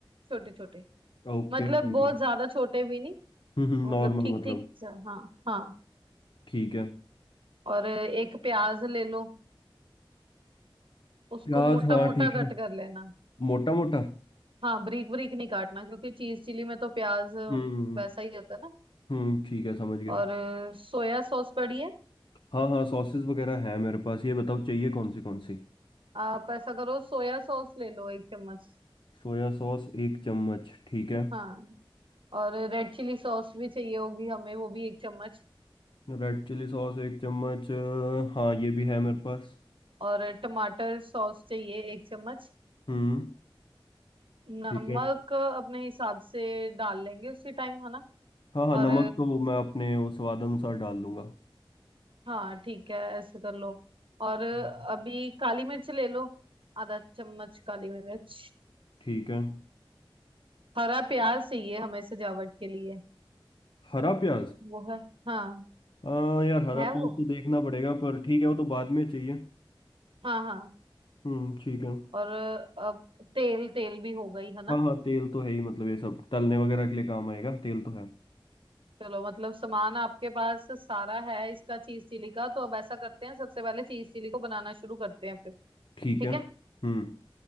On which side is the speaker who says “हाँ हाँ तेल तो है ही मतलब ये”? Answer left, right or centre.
Left